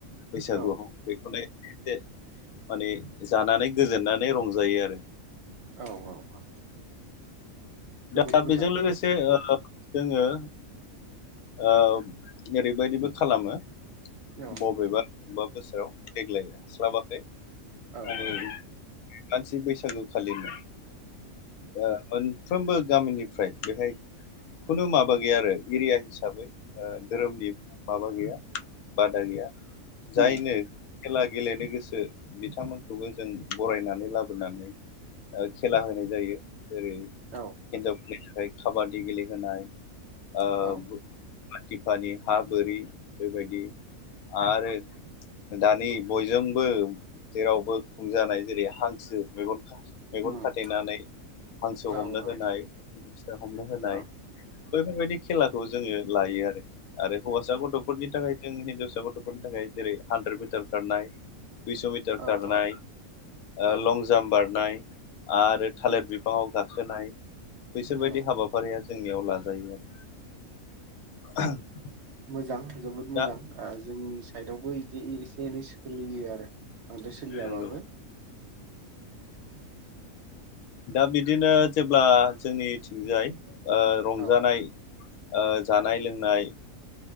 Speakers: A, on the left; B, on the right.
A: बैसागुआव
B: औ
A: बेखौनो। एसे माने जानानै गोजोननानै रंजायो आरो।
B: औ औ औ। जोबोद
A: दा
B: मोजां
A: बेजों लोगोसे जोंङो। ओ ओरै बायदिबो खालामो।
B: औ
A: बबेबा बबेबा बोसोराव देग्लाय हास्लाबाखै।
B: औ
A: आरो।
B: औ
A: मानसि बैसागो खालिनो। ओ मोन मोनफ्रोमबो गामिनिफ्राय बेहाय खुनु माबा गैया आरो एरिया हिसाबै हिसाबै धोरोमनि माबा गैया बादा गैया। जायनो
B: उम
A: खेला गेलेनो गोसो बिथांमोनखौबो जों बरायनानै लाबोनानै ओ खेला होनाय जायो। जेरै
B: औ
A: हिनजाव। बेनि थाखाय खाबादि गेलेहोनाय। ओ
B: औ
A: आथिफानि हा बोरि बेबायदि आरो दानि बयजोंबो जेरावबो खुंजानाय जेरै हांसो मेगनखा मेगन
B: उम
A: खाथेनानै हांसो
B: औ
A: हमनो
B: औ
A: होनाय। <inaudible> हमनो होनाय।
B: औ
A: बैफोरबायदि खे जोङो लायो आरो। आरो हौवासा गथ'फोरनि थाखाय जों हिनजावसा गथ'फोरनि थाखाय जेरै हानद्रेद मिटार खारनाय। दुइस' मिटार
B: औ
A: खारनाय
B: औ औ
A: ओ लं जाम बारनाय। <inaudible> आरो थालिर
B: उम
A: बिफांआव गा खोनाय। बैसोरबायदि
B: औ
A: हाबाफारिया जोंनियाव लाजायो आरो। <inaudible>
B: मोजां। जोबोद मोजां
A: दा
B: ओ जोंनि साइदावबो इदि एसे एनै सोलियो आरो। बांद्राय सोलियाबाबो।
A: नंगौ दा बिदिनो जेब्ला जोंनिथिंजाय ओ रंजानाय
B: औ
A: ओ जानाय लोंनाय